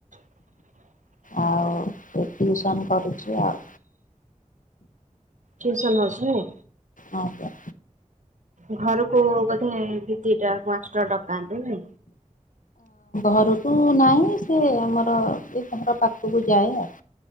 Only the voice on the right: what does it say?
<inaudible>
ଟିଉସନ ହଉଚି ନାଇ।
ଘରକୁ ବୋଧେ ଦି ଦିଟା ପାଞ୍ଚଟା ଡକାନ୍ତୁ ନି।